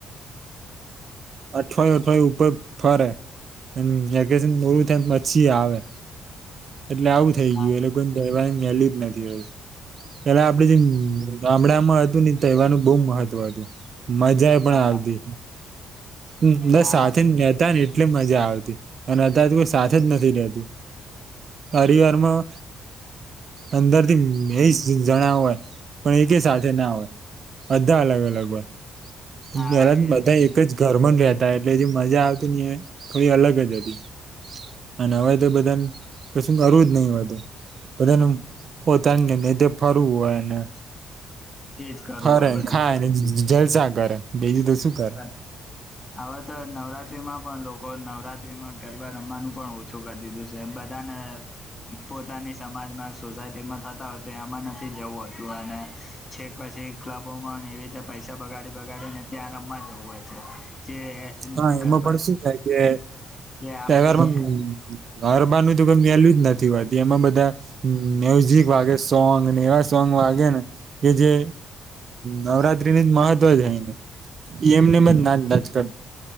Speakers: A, on the right; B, on the left.
A: અઠવાયું અઠવાયું ઉપર ફરે હમ પછી આવે એટલે આવું થઈ
B: હા
A: ગયું એટલે કોને થવા પહેલી જ નથી હવે એેલે આપડે જે ગામડામાં હતું નહ તહેવાનું બહુ મહત્વ હતું. મજા
B: હા
A: એ પણ આવતી હમ બ
B: હા
A: સાથે
B: એ
A: નેતા ને એટલું મજા આવતી અને અત તો કોઈ સાથે જ નથી રહેતું પરિવારમાં અંદરથી એ જ જણ હોય પણ એક સાથે ના હોય બધા અલગ અલગ હોય
B: હા
A: મારા
B: એ
A: બધા
B: તો છે
A: એક જ ઘર રહ્યા હતા એટલે જે મજા આવતી ને એ થોડી અલગ જ હતી અનેવાય તો બધા ક શું કરવું જ નહીિ હોું બધાનું પોતાને તે ફરવું હોયને
B: એજ કરવું
A: ફરેને
B: હોય બધું
A: ખાય ને જલસા કરે બેીજ તો શું કરે
B: બસ હવે તો નવરાત્રીમાં પણ લોકો કો નવરાત્રીમાં ગરબા રમવાનું પણ ઓછું કરી દીધું છે બધાને પોતાની સમાજમાં સોસાયટીમાં થતા હોય તો એમાં નથી જવું હોતું અને છેક પછી ક્લબોમાં એવી રીતે પૈસા બગાડી બગાડીને ત્યાં ર માં જવું હોય છે
A: હા એમાં
B: ગરબા
A: પણ શું થાય કે
B: જે આપડી
A: તહેવારમાં ઘરબાર ન તો કઈ મેલું જ નથી વાતી એમાં બધા હમ મ્યુઝિક વાગે સોંગ નેવા સોંગ વાગે ને એ જે હમરા મહત્વ જાયને એ એમને ના ના કર